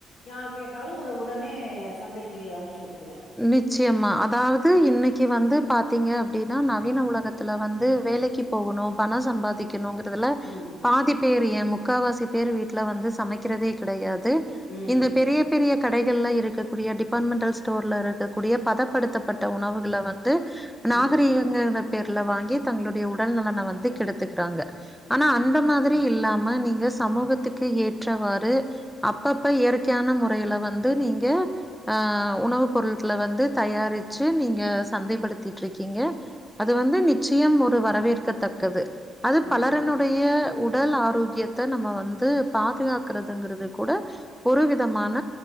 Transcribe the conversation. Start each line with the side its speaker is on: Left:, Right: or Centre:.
Left: யார் கேட்டாலு அத உடனே சந்தைக்கு அனுப்ச்சிவுட்ருவே
Centre: நிச்சயமா அதாவது இன்னைக்கு வந்து பாத்தீங்க அப்டின்னா நவீன உலகத் த்துல வந்து வேலைக்கு போகுனு பண சம்பாதி க்கணுங்கிறதுல
Left: ம்
Centre: பாதி பேர் ஏ முக்காவாசி பேரு வீட்ல வந்து சமைக்றதே கிடையாது
Left: ம்
Centre: இந்த பெரிய பெரிய கடைகள்ல இருக்கக்கூடிய டிபாட்மென்டல்ஸ் டோர்ல இருக்கக்கூடிய பதப்படுத்தப்பட்ட உணவுகள வந்து நாகரீக
Left: ம்
Centre: ங்கு இன்ற பேர்ல வாங்கி தங்களுடைய உடல் நலன வந்து கெடுத்துக்றாங்க
Left: நிச்சயமா.
Centre: ஆனா அந்த மாதி ரி இல்லாம நீங்க சமூகத்துக்கு ஏற்றவாறு அப்பப்ப இயற்கையான முறையில வந்து நீங்க ஆ உணவு பொருள்கள வந்து தயாரிச்சி நீங்க சந்தைப்படுத்திட்டு இருக்கீங்க அது வந்து நிச்சயம் ஒரு வரவேற்கத்தக்கது அது
Left: ம்.
Centre: பலரனுட் டைய உடல் ஆரோக்கியத்த நம்ம வந்து பாதுகாக்கறது இங்கறது கூட ஒரு விதமான